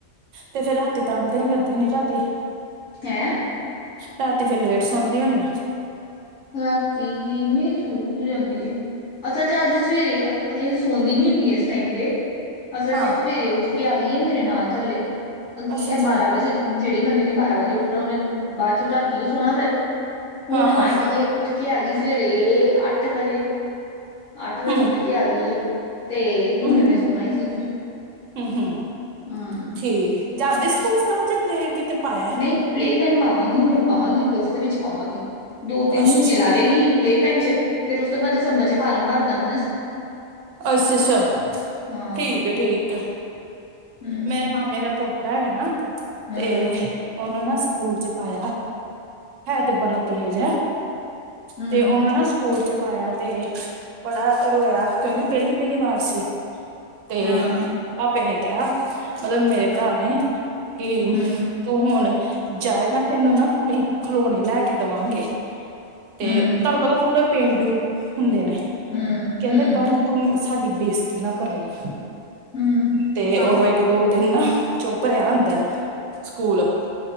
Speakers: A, on the right; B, on the left.
A: ਤੇ ਫੇਰ ਰਾਤੀ ਤੰਗ ਤੇ ਨੀ ਕਰਦੀ ਹਦੀ ਰਾਤੀ-
B: ਹੈਂ।
A: ਰਾਤੀ ਫੇਰ ਲੇਟ ਸੌਦੀ ਹੋਣੀ ਆ।
B: ਰਾਤੀ ਨੀ ਸੋ ਸੂ ਜਾਂਦੀ ਹੈ। ਅਸਲ ਚ ਅੱਜ ਸਵੇਰੇ ਸੋਦੀ ਨੀ ਹੁੰਦੀ ਇਸ ਟਾਈਮ ਤੇ। ਅਸਲ
A: ਹਾਂ
B: ਜੇ ਸਵੇਰੇ ਉੱਠ ਕੇ ਆ ਗਈ ਮੇਰੇ ਨਾਲ ਥੱਲੇ ਅਗੇ
A: ਅੱਛਾ
B: ਇਹ
A: ਅੱਛਾ
B: ਬਾਰਾਂ ਵਜੇ ਜਿਹੜੀ ਬੰਦੇ ਨੇ ਬਾਰਾਂ ਵਜੇ ਉੱਠਣਾ ਉਹਨੇ ਬਾਅਦ ਚੋ ਰਾਤੀਓ ਸੋਹਣਾ ਫਿਰ। ਹੁਣ
A: ਹਾਂ ਹਾਂ
B: ਅੱਜ ਉੱਠ ਕੇ ਆ ਗਈ ਸਵੇਰੇ ਅੱਠ ਵਜੇ। ਅੱਠ ਵਜੇ
A: ਹੂੰ
B: ਉੱਠ ਕੇ ਆ ਗਈ ਤੇ ਹੁਣ
A: ਹੂੰ
B: ਇਨੇ ਸੋਣਾ ਹੀ ਸੀ ਫਿਰ
A: ਹੂੰ ਹੂੰ
B: ਹੂੰ ।
A: ਠੀਕ ਹੈ ਜਾਂਦੀ ਸਕੂਲ- ਸਕਾਲ ਚ ਪਲੇ ਕਿਤੇ? ਪਾਇਆ
B: ਨਹੀਂ ਪਲੇ ਪੈਨ ਪਾਵਾਂ। ਪਾਵਾਂਗੀ, ਹੁਣ ਪਾਵਾਂਗੀ ਅਗਸਤ ਵਿੱਚ ਪਾਵਾਂਗੀ। ਦੋ-ਤਿੰਨ
A: ਅੱਛਾ
B: ਮਹੀਨੇ
A: ਅੱਛਾ
B: ਲਾ ਲਏਗੀ ਪਲੇਅ ਪੈਨ ਚ ਫੇਿਰ ਉਸ ਤੋਂ ਬਾਅਦ ਦਿਸੰਬਰ ਚ ਫਾਰਮ ਭਰਦਾਗੀਂ।
A: ਅੱਛਾ-ਅੱਛਾ,
B: ਹਾਂ
A: ਠੀਕ ਹੈ- ਠੀਕ
B: ਹਮ
A: ਮੇਰੇ ਮਾਮੇ ਦਾ ਪ ਹੈਗਾ ਨਾ।
B: ਹਮ
A: ਤੇ ਉਹ। ਨਾ ਸਕੂਲ ਚ ਪਾਇਆ ਹੈ, ਤੇ ਬੜਾ ਤੇਜ਼ ਹੈ।
B: ਹਮ
A: ਤੇ ਉਹਨੂੰ ਨਾ ਸਕੂਲ ਚ ਪਾਇਆ ਤੇ ਬੜਾ ਰੋਇਆ ਕਿਉਂਕਿ ਪਹਿਲੀ-ਪਹਿਲੀ ਵਾਰ ਸੀ। ਤੇ
B: ਹਾਂ
A: ਭਾਪੇ ਨੇ ਕਿਹਾ ਮਤਲਬ ਮੇਰੇ ਭਰਾ ਨੇ ਕਿ
B: ਹਮ
A: ਤੂੰ ਹੁਣ ਜਾਏਗਾ ਤੈਨੂੰ ਨਾ ਕਈ ਖਿਲੋਣੇ ਲੈ ਕੇ ਦੇਵਾਂਗੇ। ਤੇ
B: ਹਮ
A: ਤੁਹਾਨੂੰ ਪਤਾ ਪੂਰਾ ਪੇਂਡੂ ਹੁੰਦੇ ਨੇ
B: ਹਮ
A: ਕਹਿੰਦੇ
B: ਹਮ
A: ਪਰ ਤੂੰ ਸਾਡੀ ਬੇਇਜਤੀ ਨਾ ਕਰਾਈ।
B: ਹਮ
A: ਤੇ
B: ਆਹੋ
A: ਓਦੋਂ ਇੱਕ ਦੋ ਦਿਨ ਨਾ ਚੁੱਪ ਰਿਹਾ ਅੰਦਰ। ਸਕੂਲ